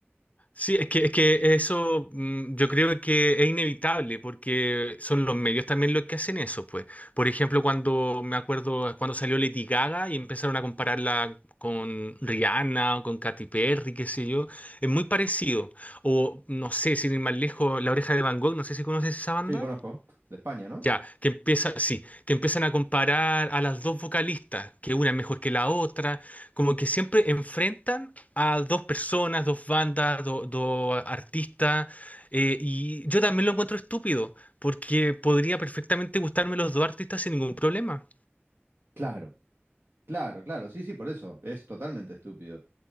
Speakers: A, on the left; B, on the right.
A: Sí, es que, es que eso mm, yo creo que es inevitable porque son los medios también los que hacen eso, pues. Por ejemplo, cuando me acuerdo cuando salió Lady Gaga y empezaron a compararla con Rihanna o con Katy Perry, qué sé yo, es muy parecido. O no sé, sin ir más lejos, La Oreja de Van Gogh, no sé si conoces esa banda.
B: Sí, conozco, de España, ¿no?
A: Ya, que empieza, sí, que empiezan a comparar a las dos vocalistas, que una es mejor que la otra, como que siempre enfrentan a dos personas, dos bandas, do- dos artistas, eh, y yo también lo encuentro estúpido, porque podría perfectamente gustarme los dos artistas sin ningún problema.
B: Claro, claro, claro, sí, sí, por eso, es totalmente estúpido.